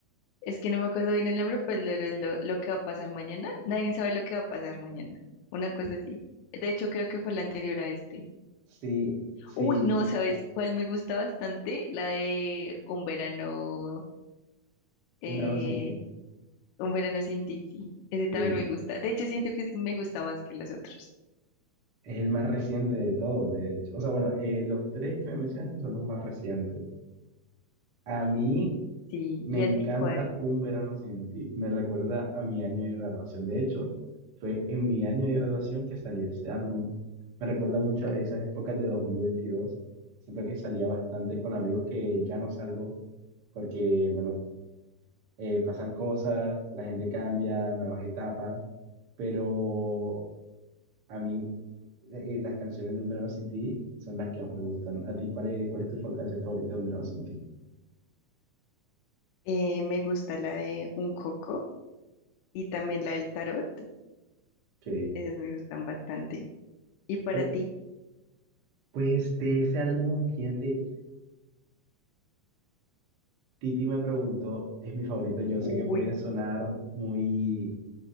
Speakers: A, on the left; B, on the right.
A: es que no me acuerdo bien el nombre, pues lo, lo, lo que va a pasar mañana. Nadie sabe lo que va a pasar mañana. Una cosa así. De hecho, creo que fue la anterior a este.
B: Sí, sí,
A: Uy,
B: sí.
A: no, ¿sabes cuál me gusta bastante? La de Un verano, eh,
B: Un verano sin ti.
A: Un verano sin ti, sí. Ese también
B: Sí,
A: me gusta. De hecho, siento que ese me gusta más que los otros.
B: es el más reciente de todos, de hecho. O sea, bueno, eh, los tres que me mencionaste son los más recientes. A mí
A: Sí,
B: me
A: ¿y
B: encanta
A: a ti cuál?
B: Un verano sin ti. Me recuerda a mi año de graduación. De hecho, fue en mi año de graduación que salió ese álbum. Me recuerda mucho a esas épocas de 2022. Siento que salía bastante con amigos que ya no salgo porque, bueno, eh, pasan cosas, la gente cambia, nuevas etapas, pero a mí eh, las canciones de Un Verano Sin Ti son las que más me gustan. ¿A ti cuál es, cuál es tu fa- canción favorita de Un Verano Sin Ti?
A: Eh, me gusta la de Un coco y también la del tarot.
B: Ok.
A: Esas me gustan bastante. ¿Y para
B: Oh,
A: ti?
B: pues de ese álbum, fíjate, Titi me preguntó, es mi favorita, yo
A: Uy,
B: sé que puede sonar muy,